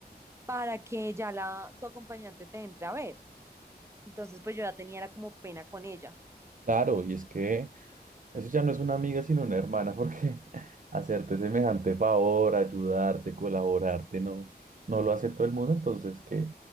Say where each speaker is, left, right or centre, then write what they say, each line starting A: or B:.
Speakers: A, on the right; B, on the right.
A: para que ya la, tu acompañante te entre a ver. Entonces, pues yo ya tenía era como pena con ella.
B: Claro, y es que... Eso ya no es una amiga, sino una hermana, porque <laughs> hacerte semejante favor, ayudarte, colaborarte, no, no lo hace todo el mundo, entonces qué,